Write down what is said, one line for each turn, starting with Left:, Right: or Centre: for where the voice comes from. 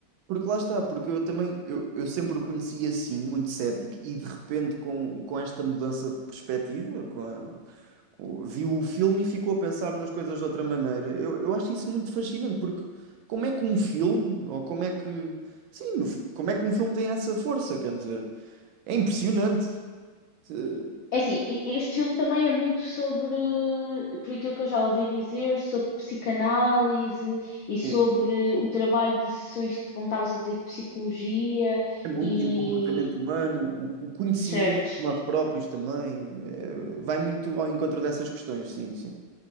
Right: Porque lá está, porque eu também, eu, eu sempre o conheci assim, muito cético, e de repente com, com esta mudança de perspectiva, com a- com- viu o filme e ficou a pensar nas coisas de outra maneira. Eu, eu acho isso muito fascinante, porque como é que um filme, ou como é que, sim, no fu- como é que um filme tem essa força, quer dizer, é impressionante. Eh,
Left: É assim, e- este filme também é muito sobre, eh, por aquilo que eu já ouvi dizer, sobre psicanálise e sobre
Right: Sim,
Left: o trabalho de sessões de, como estavas a dizer, de psicologia
Right: é muito,
Left: e
Right: e o comportamento humano, o, o conhecimento
Left: research.
Right: de nós próprios também, eh, vai muito ao encontro dessas questões, sim, sim.